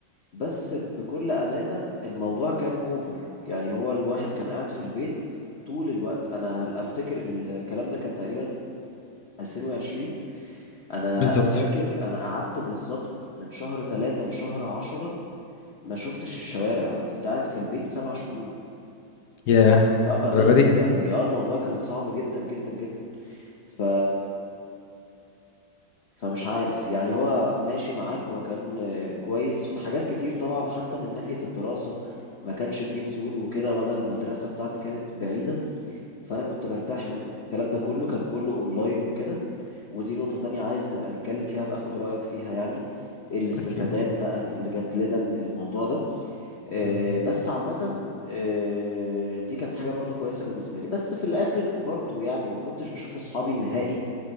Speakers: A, on the left; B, on the left.
A: بس بكل أمانة الموضوع كان اوفر يعني هو الواحد كان قاعد في البيت طول الوقت انا افتكر الكلام ده كان تقريبا 2020 انا
B: بالظبط
A: فاكر انا قعدت بالظبط من شهر ثلاثة لشهر عشرة ما شفتش الشوارع انا كنت قاعد في البيت سبع شهور
B: يا
A: اه بامان
B: الدرجه دي
A: يعني اه الموضوع كان صعب جدا جدا جدا ف فمش عارف يعني هو ماشي معاك هو كان آه، كويس في حاجات كتير طبعا حتى من ناحية الدراسة ما كانش فيه نزول وكده وانا المدرسة بتاعتي كانت بعيدة فانا كنت برتاح من الكلام ده كله كان كله اونلاين وكده ودي نقطة تانية عايز نبقى نتكلم فيها بأخد رأيك فيها يعني الاستفادات
B: اكيد
A: بقى اللي جات لنا من الموضوع ده آه،
B: مم.
A: بس عامة آه، دي كانت حاجة برضو كويسة بالنسبة لي بس في الآخر برضو يعني ما كنتش بشوف أصحابي النهائي